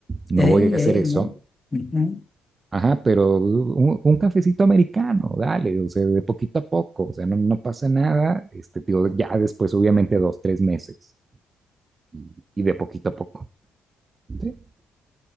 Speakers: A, on the right; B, on the left.
A: no
B: Ey,
A: voy a hacer
B: ey,
A: eso,
B: ¿no? Ujú.
A: Ajá, pero un, un cafecito americano, dale, o sea, de poquito a poco, o sea, no, no pasa nada, este, tío, ya después, obviamente, dos, tres meses, y, y de poquito a poco, ¿sí?